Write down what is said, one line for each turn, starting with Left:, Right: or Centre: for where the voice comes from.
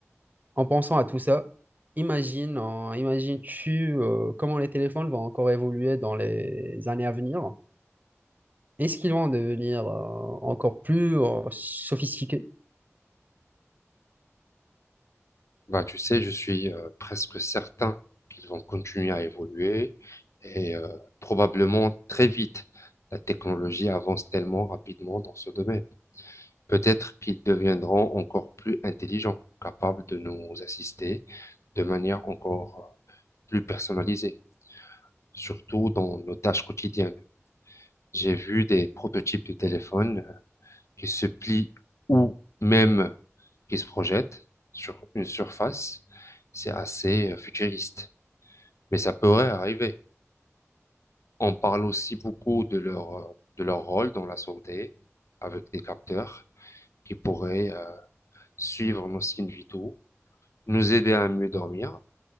Right: En pensant à tout ça, imagine, euh, imagines-tu, euh, comment les téléphones vont encore évoluer dans les années à venir? Est-ce qu'ils vont devenir, euh, encore plus, euh, sophistiqués?
Left: Bah, tu sais, je suis euh, presque certain qu'ils vont continuer à évoluer et euh, probablement très vite. La technologie avance tellement rapidement dans ce domaine. Peut-être qu'ils deviendront encore plus intelligents, capables de nous assister de manière encore euh, plus personnalisée, surtout dans nos tâches quotidiennes. J'ai vu des prototypes de téléphones euh, qui se plient ou même qui se projettent sur une surface. C'est assez euh, futuriste, mais ça pourrait arriver. On parle aussi beaucoup de leur, euh, de leur rôle dans la santé avec des capteurs qui pourraient euh, suivre nos signes vitaux, nous aider à mieux dormir